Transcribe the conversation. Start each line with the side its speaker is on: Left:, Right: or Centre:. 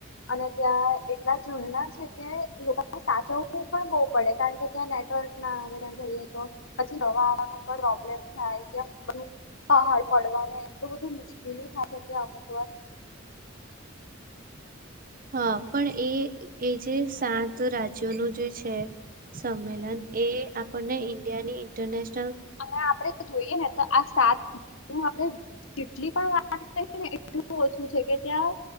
Left: અને ત્યાં એટલા ઝરણા છે કે લોકોને સાચવું પણ બહુ પડે કારણ કે ત્યાં નેટવર્ક ના આવે ત્યાં જઈએ તો પછી દવા આવવાનું પણ પ્રોબ્લેમ થાય ત્યાં પહાડ પડવાને. એ બધું મુશ્કેલી થાઈ અમુક વાર.
Right: હા પણ એ એ જે સાત રાજ્યોનું જે છે સંમેલન એ આપણને ઇન્ડિયાની ઇન્ટરનેશન.
Left: અને આપડે જોઈએ ને તો આ સાત આપણે જેટલી પણ વાત કરીએને એટલું. શ છે કે ત્યાં